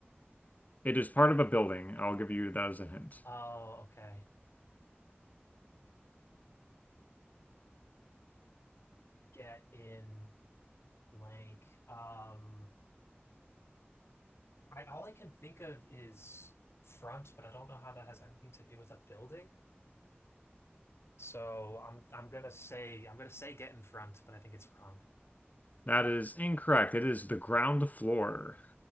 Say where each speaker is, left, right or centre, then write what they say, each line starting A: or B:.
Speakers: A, on the left; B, on the left.
A: It is part of a building. I'll give you that as a hint.
B: Oh, okay. Get in. Blank. Um, I all I can think of is front, but I don't know how that has anything to do with a building. So I'm I'm gonna say I'm gonna say get in front, but I think it's wrong.
A: That is incorrect. It is the ground floor.